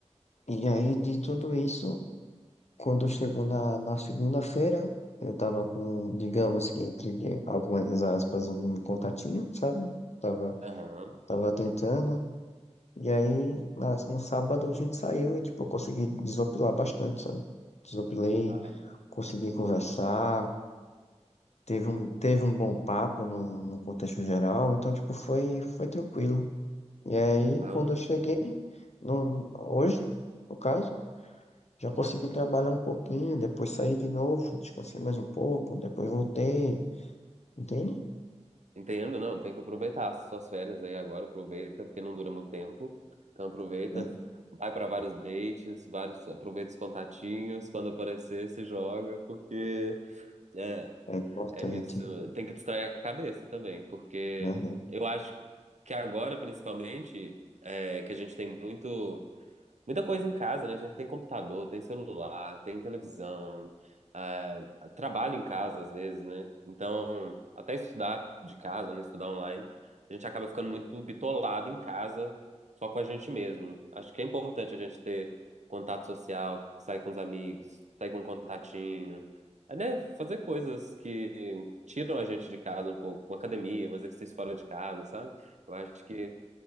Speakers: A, on the left (about 65°); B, on the right (about 75°).
A: E aí de tudo isso, quando chegou na, na segunda-feira, eu tava com, digamos que entre algumas aspas, um contatinho, sabe? Tava,
B: Aham.
A: tava tentando.
B: Hum.
A: E aí na- no sábado a gente saiu e tipo, eu consegui desopilar bastante, sabe? Desopilei,
B: Ai,
A: consegui conversar. Teve um, teve um bom papo no, no contexto geral, então, tipo, foi, foi tranquilo. E aí,
B: ah,
A: quando
B: um-
A: eu cheguei, no, hoje, no caso, já
B: aham.
A: consegui trabalhar um pouquinho, depois saí de novo, descansei mais um pouco, depois voltei, entende?
B: Entendo, não. Tem que aproveitar as suas férias aí agora. Aproveita, porque não dura muito tempo. Então aproveita,
A: É
B: vai para vários dates, vários, aproveita os contatinhos. Quando aparecer, se joga, porque é,
A: é importante,
B: é isso. Tem que distrair a cabeça também, porque
A: né?
B: eu acho que agora, principalmente, é, que a gente tem muito. muita coisa em casa, né? A gente tem computador, tem celular, tem televisão, ah, trabalho em casa às vezes, né? Então, até estudar de casa, né? Estudar online, a gente acaba ficando muito bitolado em casa, só com a gente mesmo. Acho que é importante a gente ter contato social, sair com os amigos, sair com um contatinho, é, né? Fazer coisas que tiram a gente de casa um pouco, uma academia, um exercício fora de casa, sabe? Eu acho que